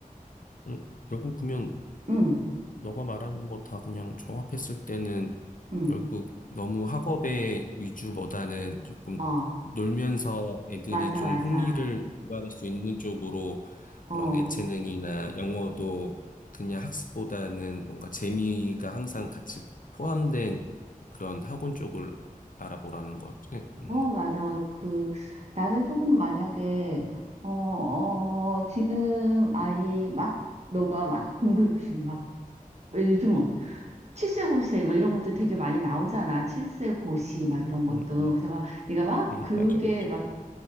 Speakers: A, on the left; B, on the right.
A: 음, 결국 그러면
B: 응,
A: 너가 말하는 거 다 그냥 종합했을 때는
B: 응,
A: 결국 너무 학업의 위주보다는 조금
B: 어,
A: 놀면서 애들이
B: 맞아,
A: 좀
B: 맞아.
A: 흥미를 유발할 수 있는 쪽으로
B: 어,
A: 그런 애체능이나 영어도 그냥 학습보다는 뭔가 재미가 항상 같이 포함된 그런 학원 쪽을 알아보라는 거지. 음,
B: 어, 맞아. 그, 나는 조금 만약에, 어, 어, 지금 아이 막, 너가 막 공부 욕심 막, 왜 요즘 뭐, 칠세고세 막 이런 것도 되게 많이 나오잖아. 칠세고시 막 이런 것도.
A: 음, 음,
B: 그래서 막, 네가 막,
A: 음,
B: 그게
A: 맞아, 맞아.
B: 막